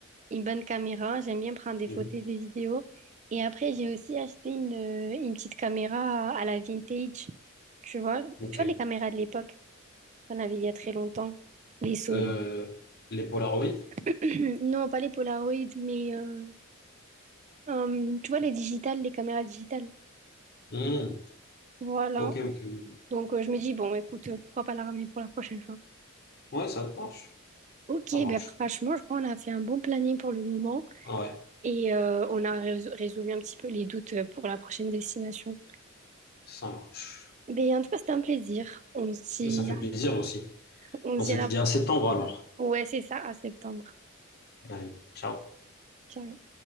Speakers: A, on the right; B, on the left.
A: une bonne caméra. J'aime bien prendre des
B: Mhm.
A: photos, des vidéos. Et après, j'ai aussi acheté une, euh, une petite caméra à la vintage. Tu vois,
B: Ok.
A: tu vois les caméras de l'époque qu'on avait il y a très longtemps. Les Sony.
B: Euh, les Polaroids?
A: <clears throat> Non, pas les Polaroid, mais euh, euh, tu vois les digitales, les caméras digitales.
B: Hmm.
A: Voilà.
B: Ok, ok. oui.
A: Donc euh, je me dis, bon, écoute, euh, pourquoi pas la ramener pour la prochaine fois?
B: Ouais, ça marche.
A: Ok,
B: Ça marche.
A: ben franchement, je crois qu'on a fait un bon planning pour le moment
B: Ah Ouais,
A: et euh, on a rés- résolu un petit peu les doutes euh, pour la prochaine destination.
B: ça marche.
A: Mais en tout cas, c'était un plaisir. On se dit,
B: Ça fait plaisir aussi.
A: on
B: On
A: se
B: se
A: dit à
B: dit
A: la...
B: à septembre alors.
A: Ouais, c'est ça, à septembre.
B: Allez, ciao.
A: Ciao.